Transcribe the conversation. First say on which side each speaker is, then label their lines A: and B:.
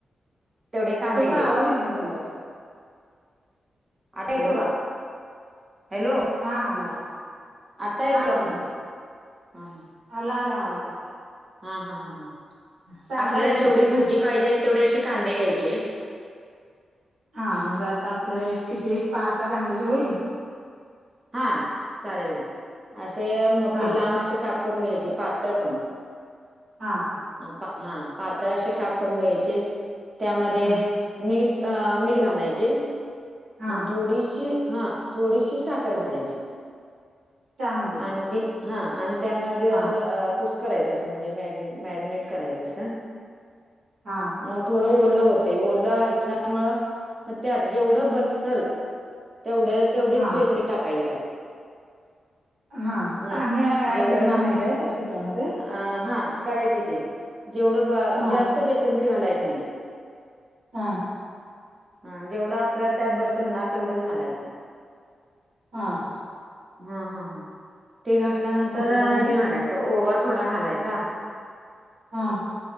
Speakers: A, on the right (about 25°); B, on the right (about 80°).
A: तेवढे कांदे
B: तुमचा
A: घ्यायचे.
B: आवाज येईना झालाय.
A: आता
B: हॅलो
A: येतोय का? हॅलो
B: हा आला आला
A: आता
B: हा
A: येतोय
B: बोला
A: म्हणलं हम हम
B: आला आला आवाज आता
A: हा हा हा हा
B: सांगा
A: आपल्याला
B: रेसिपी.
A: जेवढी भजी पाहिजेत तेवढे असे कांदे घ्यायचे आहेत
B: हा म्हणजे आता आपल्या हे किती पाच सहा कांद्याचे होईल.
A: हा चालेल असे मोठे
B: हा
A: लांब अशे काप करून घ्यायचे पातळ पण
B: हा
A: हा पातळ असे काप करून घ्यायचे त्यामध्ये
B: हम्म
A: मीठ मीठ घालायची
B: हा
A: आणि थोडीशी हा थोडीशी साखर साखर घालायची
B: त्यामध्येच
A: आणखीन हा त्यामधी असं
B: हा
A: कुस्कर <inaudible> कुस्करायाचं असं म्हणजे मॅगनेट मॅगनेट करायचं असं
B: हा
A: म थोडं ओल होतय ओल असल्यामुळं म त्यात जेवढं बसल तेवढ तेवढीच
B: हा
A: बेसन टाकायची त्यात.
B: हा
A: हां,
B: पाणी ऍड
A: जेवढे
B: करायचं
A: मा
B: नाही काय त्या पिठामध्ये?
A: अ हा करायच की जेवढं ब
B: हा
A: जास्त बेसनपीठ घालायच नाही.
B: हा
A: हा जेवढं आपलं त्यात बसल ना तेवढच घालायचं.
B: हा
A: हा हा हा ते घातल्यानंतर
B: मग त्याच्यानंतर
A: हे घालायचं ओवा थोडा घालायचा.
B: हा